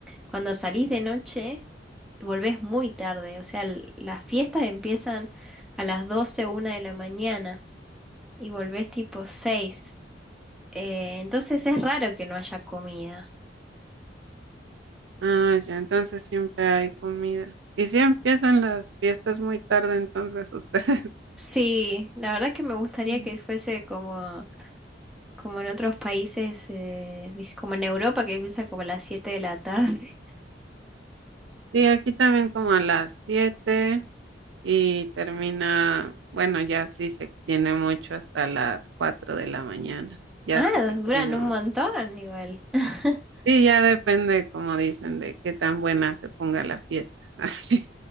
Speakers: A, in the centre; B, on the right.
A: cuando salís de noche, volvés muy tarde, o sea, l- las fiestas empiezan a las doce una de la mañana y volvés tipo 6, eh, entonces es raro que no haya comida.
B: Ah, ya, entonces siempre hay comida. Y si empiezan las fiestas muy tarde, entonces ustedes. <laughs>
A: Sí, la verdad que me gustaría
B: Mm.
A: que fuese como, como en otros países, eh, ¿viste? como en Europa, que empieza como a las 7 de la tarde.
B: Sí, aquí también como a las siete. y termina, bueno, ya sí se extiende mucho hasta las 4 de la mañana, ya
A: Ah,
B: sí se extiende
A: duran un
B: mucho.
A: montón igual. <laughs>
B: Sí, ya depende, como dicen, de qué tan buena se ponga la fiesta, <laughs> así.